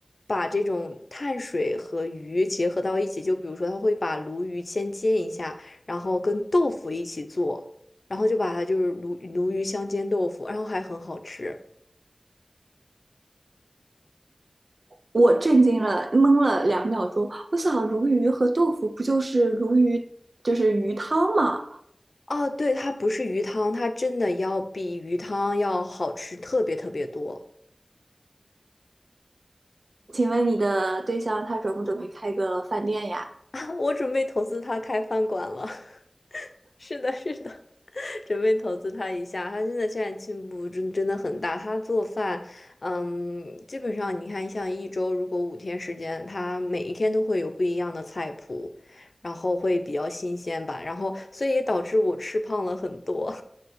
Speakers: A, on the left; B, on the right.
A: 把这种碳水和鱼结合到一起。就比如说，他会把鲈鱼先煎一下，然后跟豆腐一起做，然后就把它就是鲈鲈鱼香煎豆腐，然后还很好吃。
B: 我震惊了，懵了两秒钟。我想，鲈鱼和豆腐不就是鲈鱼，就是鱼汤吗？
A: 啊，对，它不是鱼汤，它真的要比鱼汤要好吃特别特别多。
B: 请问你的对象他准不准备开个饭店呀？
A: <laughs> 我准备投资他开饭馆了。<laughs> <laughs> 是的，是的，<laughs> 准备投资他一下。他真的现在进步真真的很大。他做饭，嗯，基本上你看，像一周如果五天时间，他每一天都会有不一样的菜谱，然后会比较新鲜吧。然后，所以也导致我吃胖了很多。